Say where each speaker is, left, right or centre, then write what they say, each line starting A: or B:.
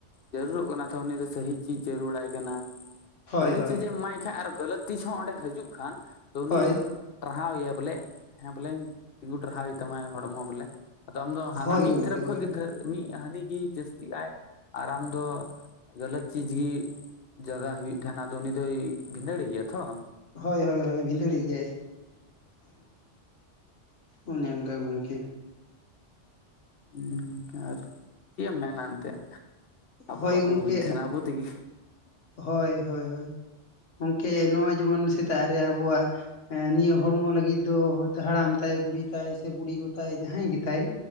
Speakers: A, on the left; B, on the left.
A: ᱡᱟᱹᱨᱩᱲᱚᱜ ᱠᱟᱱᱟ ᱛᱚ ᱩᱱᱤ ᱫᱚ ᱥᱟᱹᱦᱤ ᱪᱤᱡ ᱡᱟᱹᱨᱩᱲᱟᱭ ᱠᱟᱱᱟ᱾
B: ᱦᱳᱭ
A: ᱥᱟᱹᱨᱤ
B: ᱦᱳᱭ
A: ᱪᱤᱡᱮ ᱮᱢᱟᱭ ᱠᱷᱟᱡ ᱟᱨ ᱜᱟᱹᱞᱟᱹᱛ ᱛᱤᱡ ᱦᱚᱸ ᱚᱸᱰᱮ ᱦᱤᱡᱩᱜ ᱠᱷᱟᱱ ᱛᱚ ᱩᱱᱤ
B: ᱦᱳᱭ
A: ᱴᱟᱨᱦᱟᱣ ᱮᱭᱟ ᱵᱚᱞᱮ, ᱦᱮᱸ ᱵᱚᱞᱮᱧ ᱛᱤᱸᱜᱩ ᱴᱟᱨᱦᱟᱣᱮ ᱛᱟᱢᱟ ᱦᱚᱲᱢᱚ ᱵᱚᱞᱮ ᱟᱫᱚ ᱟᱢ ᱫᱚ ᱦᱟᱱᱟ
B: ᱦᱳᱭ
A: ᱢᱤᱜ
B: ᱜᱚᱝᱠᱮ
A: ᱠᱷᱟᱜ
B: ᱦᱳᱭ
A: ᱜᱮ ᱫᱷᱟᱹ ᱢᱤᱜ ᱦᱟᱹᱱᱤ ᱜᱮ ᱡᱟᱹᱥᱛᱤᱜᱼᱟᱭ, ᱟᱨ ᱟᱢ ᱫᱚ ᱜᱟᱹᱞᱟᱹᱛ ᱪᱤᱡᱽ ᱜᱮ ᱡᱟᱫᱟ ᱦᱩᱭᱩᱜ ᱛᱟᱦᱮᱱᱟ ᱟᱫᱚ ᱩᱱᱤ ᱫᱚᱭ ᱵᱷᱤᱸᱫᱟᱹᱲᱮ ᱜᱮᱭᱟ ᱛᱚ᱾
B: ᱦᱳᱭ ᱦᱳᱭ ᱦᱳᱭ ᱵᱷᱤᱸᱰᱟᱹᱲ ᱜᱮᱭᱟᱭ᱾ ᱚᱱᱮ ᱚᱱᱠᱟ ᱜᱚᱝᱠᱮ᱾
A: ᱩᱸ ᱟᱨ ᱪᱮᱜ ᱮᱢ ᱢᱮᱱᱟ ᱮᱱᱛᱮᱜ ᱟᱵᱚ
B: ᱦᱳᱭ
A: ᱵᱟᱵᱚ
B: ᱜᱚᱝᱠᱮ
A: ᱵᱩᱡ ᱛᱟᱦᱮᱱᱟ ᱟᱵᱚ ᱛᱮᱜᱮ᱾
B: ᱦᱳᱭ ᱦᱳᱭ ᱦᱳᱭ ᱜᱚᱝᱠᱮ ᱱᱚᱜᱼᱚᱭ ᱡᱮᱢᱚᱱ ᱥᱮᱛᱟᱜ ᱨᱮ ᱟᱵᱚᱣᱟᱜ ᱮᱸ ᱱᱤᱭᱟᱹ ᱦᱚᱲᱢᱚ ᱞᱟᱹᱜᱤᱫ ᱫᱚ ᱦᱚᱛᱳ ᱦᱟᱲᱟᱢ ᱛᱟᱭ, ᱵᱩᱲᱦᱤ ᱛᱟᱭ, ᱥᱮ ᱵᱩᱲᱦᱤ ᱜᱚ ᱛᱟᱭ, ᱡᱟᱦᱟᱸᱭ ᱜᱮᱛᱟᱭ᱾